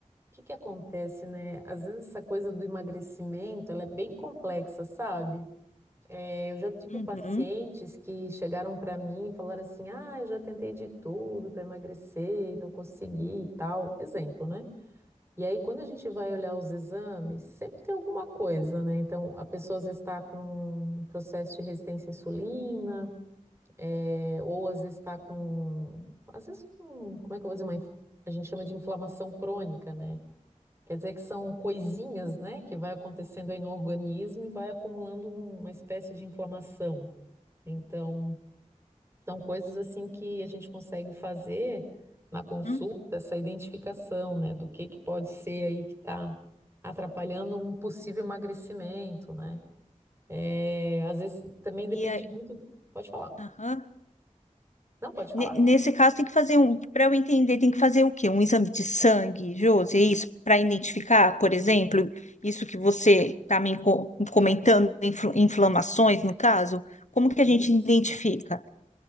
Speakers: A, on the right; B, on the left.
A: O que que acontece, né? Às vezes essa coisa do emagrecimento, ela é bem complexa, sabe? É, eu já tive
B: Uhum.
A: pacientes que chegaram para mim e falaram assim: "Ah, eu já tentei de tudo para emagrecer, e não consegui e tal". Exemplo, né? E aí quando a gente vai olhar os exames, sempre tem alguma coisa, né? Então, a pessoa às vezes está com um processo de resistência à insulina, é, ou às vezes está com, às vezes, com, como é que eu vou dizer, uma, inf- a gente chama de inflamação crônica, né? Quer dizer que são coisinhas, né, que vai acontecendo aí no organismo e vai acumulando um- uma espécie de inflamação. Então, são coisas assim que a gente consegue fazer na consulta,
B: Hum.
A: essa identificação, né, do que que pode ser aí que está atrapalhando um possível emagrecimento, né? É, às vezes também depende
B: E aí,
A: muito. Pode falar.
B: aham.
A: Não, pode
B: Ne-
A: falar.
B: Nesse caso, tem que fazer um, para eu entender, tem que fazer o quê? Um exame de sangue, Josi, é isso? Para identificar, por exemplo, isso que você está me co- comentando, infl- inflamações, no caso, como que a
A: Isso.
B: gente identifica?